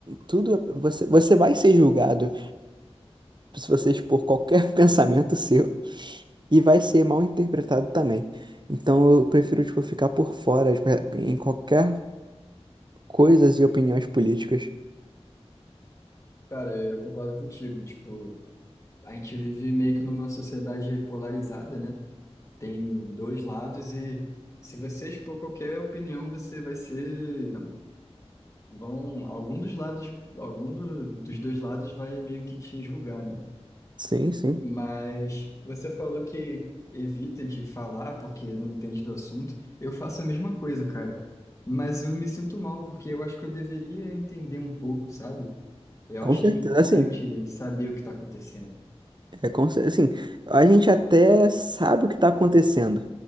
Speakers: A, on the right; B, on the left.
A: tudo é- você, você vai ser julgado se você expor qualquer <laughs> pensamento seu e vai ser mal interpretado também. Então eu prefiro, tipo, ficar por fora, tipo, em qualquer Coisas e opiniões políticas.
B: Cara, eu concordo contigo. Tipo, a gente vive meio que numa sociedade polarizada, né? tem dois lados e se você expor qualquer opinião, você vai ser, vão, algum dos lados, algum do- dos dois lados vai meio que te julgar, né?
A: Sim, sim.
B: Mas você falou que evita de falar porque não entende do assunto. Eu faço a mesma coisa, cara. Mas eu me sinto mal porque eu acho que eu deveria entender um pouco, sabe? Eu
A: Com
B: acho
A: certeza.
B: que é importante
A: Assim,
B: saber o que está acontecendo.
A: É como se, assim, a gente até sabe o que está acontecendo.